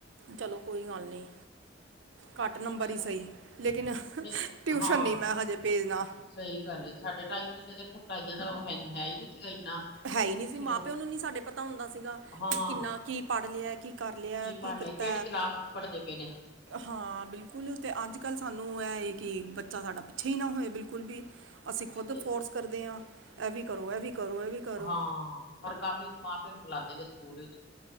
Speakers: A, on the right; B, on the left.
A: ਚਲੋ ਕੋਈ ਗੱਲ ਨਹੀਂ ਘੱਟ ਨੰਬਰ
B: ਅੱਜ-ਕੱਲ
A: ਹੀ ਸਹੀ ਲੇਕਿਨ
B: ਨਹੀਂ
A: ਟਿਊਸ਼ਸ਼ਨ
B: ਹਾਂ,
A: ਨਹੀਂ ਮੈਂ ਹਜੇ ਭੇਜਣਾ
B: ਸਹੀ ਗੱਲ ਏ ਸਾਡੇ ਟਾਈਮ ਤੇ ਸੀ ਜੋ ਕੁਟਾਈਆਂ ਦਾ ਉਹ ਹੈ ਹੈ ਹੀ ਨਹੀਂ ਸੀਗਾ ਇੰਨਾ
A: ਹੈ ਹੀ ਨਹੀਂ ਸੀ
B: ਸਿਰੋਂ
A: ਮਾਂ ਪਿਓ ਨੂੰ ਨਹੀਂ ਸਾਡੇ ਪਤਾ ਹੁੰਦਾ ਸੀਗਾ
B: ਹਾਂ,
A: ਕਿ ਕਿੰਨਾ ਕੀ ਪੜ੍ਹ ਲਿਆ ਕਿ ਕਰ ਲਿਆ
B: ਪੜ੍ਹ
A: ਕੀ ਕੀਤਾ
B: ਲਿਆ ਕਿਹੜੀ ਕਲਾਸ ਚ ਪੜ੍ਹਦੇ ਪਏ ਨੇ
A: ਹਾਂ ਬਿਲਕੁਲ ਤੇ ਅੱਜ ਕੱਲ੍ਹ ਸਾਨੂੰ ਇਹ ਹੈ ਕਿ ਬੱਚਾ ਸਾਡਾ ਪਿੱਛੇ ਹੀ ਨਾ ਹੋਏ ਬਿਲਕੁਲ ਵੀ ਅਸੀਂ
B: ਉਹੀ
A: ਖੁਦ
B: ਤੇ
A: ਫੋਰਸ ਕਰਦੇ ਹਾਂ ਇਹ ਵੀ ਕਰੋ ਇਹ ਵੀ ਕਰੋ ਇਹ ਵੀ ਕਰੋ
B: ਹਾਂ ਔਰ ਕਾਫੀ ਮਾਂ ਪਿਓ ਨੂੰ ਬੁਲਾਉਂਦੇ ਨੇ ਸਕੂਲ ਵਿੱਚ